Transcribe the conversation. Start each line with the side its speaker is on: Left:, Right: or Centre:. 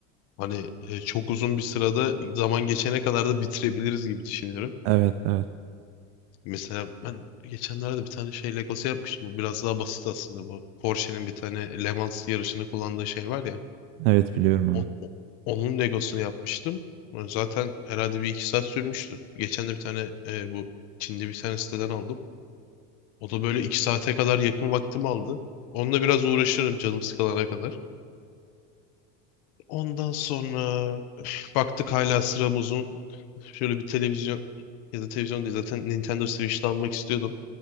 Left: hani e, çok uzun bir sırada zaman geçene kadar da bitirebiliriz gibi düşünüyorum.
Right: Evet, evet.
Left: Mesela ben geçenlerde bir tane şey Legosu yapmıştım. Bu biraz daha basit aslında bu. Porsche'nin bir tane Le Mans yarışında kullandığı şey var ya.
Right: Evet biliyorum onu.
Left: o- o- onun Legosunu yapmıştım. Zaten herhalde bir iki saat sürmüştü. Geçen de bir tane e, bu Çin'de bir tane siteden aldım. O da böyle iki saate kadar yakın vaktimi aldı. Onunla biraz uğraşırım canım sıkılana kadar. Ondan sonra üf, baktık hala sıram uzun. Şöyle bir televizyon ya da televizyon değil zaten Nintendo Switch'te almak istiyordum.